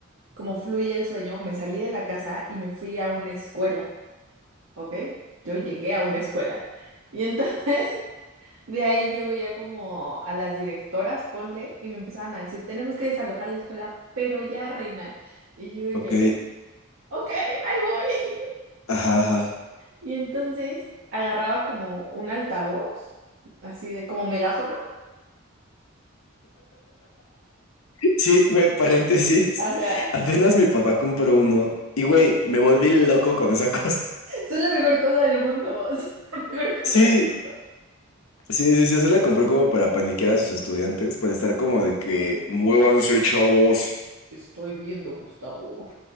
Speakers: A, on the right (about 70°); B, on the left (about 80°).
A: como fluye el sueño, me salí de la casa y me fui a una escuela, ¿ok? Yo llegué a una escuela. Y entonces, <laughs> de ahí yo veía como a las directoras, ponle, y me empezaban a decir, tenemos que desalojar la escuela, pero ya, reina. Y yo de
B: Ok,
A: que... ok, ahí voy. <laughs>
B: ajá, ajá.
A: Y entonces agarraba como un altavoz, así de como megáfono.
B: Sí, güey, paréntesis.
A: Ajá.
B: <laughs> Apenas mi papá compró uno y, güey, me volví loco con esa cosa.
A: Eso es la mejor cosa del mundo. <laughs> es la mejor cosa
B: <laughs>
A: del mundo.
B: Sí, Sí, sí, sí, se la compró como para paniquear a sus estudiantes, para estar como de que, muévanse, chavos.
A: Te estoy viendo, Gustavo.